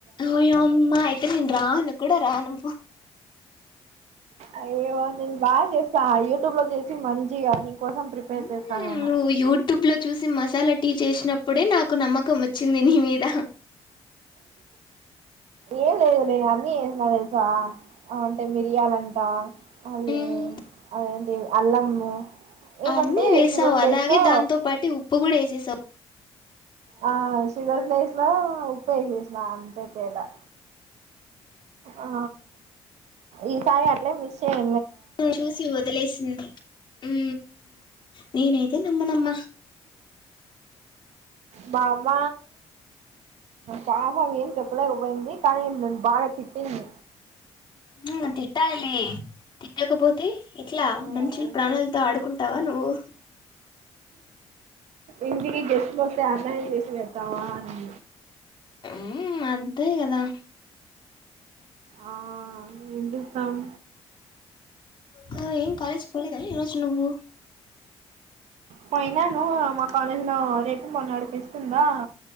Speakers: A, on the left (about 45°); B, on the right (about 80°).
A: ఓయమ్మ అయితే నేను రాను కూడా రాను
B: అయ్యో నేను బాగా చేస్తా యూట్యూబ్ లో చేసి మంచిగాని కోసం ప్రిపేర్
A: మ్మ్
B: చేశా నేను
A: నువ్వు యూట్యూబ్ లో చూసి మసాలా టీ చేసినప్పుడే నాకు నమ్మకం వచ్చింది నీ మీద
B: ఏం లేదు నేను అన్నీ చేసినా తెలుసా అంటే మిరియాల అంటా అదే
A: మ్మ్
B: అదేంటీ అల్లము ఏమంటే
A: అన్నీ వేశావు
B: షుగర్ ప్లేస్
A: అలాగే
B: లో
A: దాంతోపాటి ఉప్ ఉప్పు కూడా వేసేసావ్
B: ఆ షుగర్ ప్లేస్ లో ఉప్పు వేసేసిన అంతే తేడా ఆ ఈ సారి అట్లే మిస్ చేయ
A: ను చూసి వదిలేసింది ఉం నేనైతే నమ్మ నమ్మ
B: మా అమ్మ పాపం ఏం చెప్పలేకపోయింది కానీ నన్ను బాగా తిట్టింది
A: ంగ తిట్టాలి లే తిట్టకపోతే ఇట్లా
B: ఆ
A: మంచుల్ ప్రాణాలతో ఆడుకుంటావా నువ్వు
B: ఇంటికి గెస్ట్ లు వస్తే అట్లనే చేసి పెడతావా అని
A: ఉమ్ అంతే కదా
B: ఆ ఏం చేస్తాం
A: సకా ఏంగ్ కాలేజ్ పోలేదా ఈరోజు నువ్వు
B: పోయినాను మా కాలేజీ లో రేపు మొన్న అడిపిస్తుందా